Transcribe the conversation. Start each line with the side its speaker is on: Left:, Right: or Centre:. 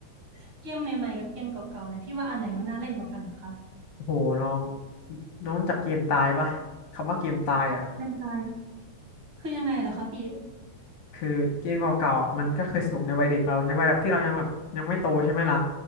Right: <laughs> เกมใหม่ๆกับเกมเก่าๆเนี่ยพี่ว่าอันไหนมันน่าเล่นกว่ากันเหรอคะ
Left: โอ้โหน้องน้องรู้จักเกมตายปะคำว่าเกมตายอ่ะ
Right: ยังไงคือยังไงเหรอคะพี่
Left: คือเกมเก่าๆอ่ะมันก็เคยสนุกในวัยเด็กเราในวัยแบบที่เรายังแบบยังไม่โตใช่ไหมล่ะ